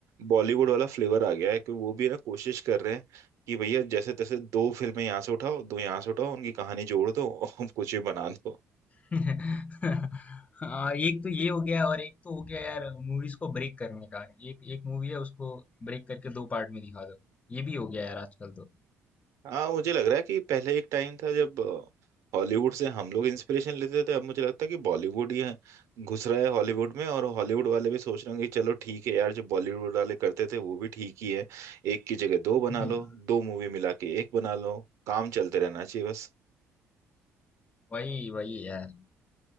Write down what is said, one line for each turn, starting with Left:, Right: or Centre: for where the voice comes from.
Right: बॉलीवुड वाला फ्लेवर आ गया है कि वो भी ना कोशिश कर रहे हैं कि भैया जैसे तैसे दो फिल्में यहाँ से उठाओ दो यहाँ से उठाओ उनकी कहानी जोड़ दो और कुछ भी बना दो
Left: <laughs> हाँ, एक तो ये हो गया और एक तो हो गया यार मूवीज को ब्रेक करने का एक एक मूवी है उसको ब्रेक करके दो पार्ट में दिखा दो ये भी हो गया यार आजकल तो
Right: हाँ मुझे लग रहा है कि पहले एक टाइम था जब हॉलीवुड से हम लोग इंस्पिरेशन लेते थे अब मुझे लगता है कि बॉलीवुड ही है- घुस रहा है हॉलीवुड में और हॉलीवुड वाले भी सोच रहे होंगे कि चलो ठीक है यार जो बॉलीवुड वाले करते थे वो भी ठीक ही है एक की जगह दो बना
Left: <laughs>
Right: लो दो मूवी मिला के एक बना लो काम चलते रहना चाहिए बस
Left: वही वही यार